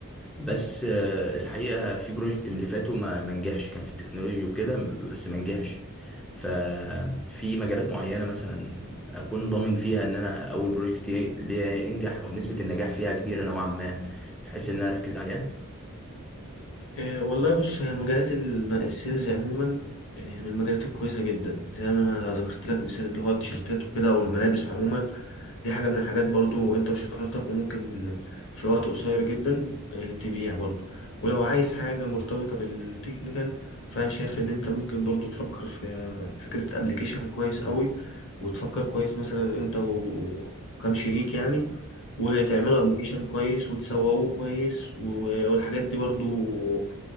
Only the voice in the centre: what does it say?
بس آه، الحقيقة في بروجكت من اللي فاتوا ما ما نجحش كان في التكنولوجيا وكده بس ما نجحش ففي مجالات معينة مثلا أكون ضامن فيها إن أنا أول بروجكت ي- ليا ينجح أو نسبة النجاح فيها كبيرة نوعا ما بحيث إن أنا أركز عليها